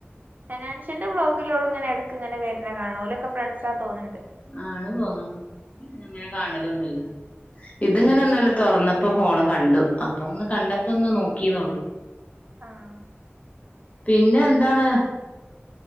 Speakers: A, on the right (about 40°); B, on the left (about 35°).
A: ഹനാൻഷ്യന്റെ വ്ലോഗിൽ ഓള് ഇങ്ങനെടക്ക് ഇങ്ങനെ വരുന്ന കാണ ഓലൊക്കെ ഫ്രണ്ട്സാ തോന്നുണ്ട്
B: ആണ് തോന്നണ ഇങ്ങനെ കാണലൊന്നുല്ല ഇത് ഇങ്ങനെ ന്നലെ തുറന്നപ്പോ ഫോണ് കണ്ടു അപ്പ ഒന്ന് കണ്ടപ്പോ ഒന്ന് നോക്കീന്നള്ളു
A: ആഹ്
B: പിന്നെ എന്താണ്?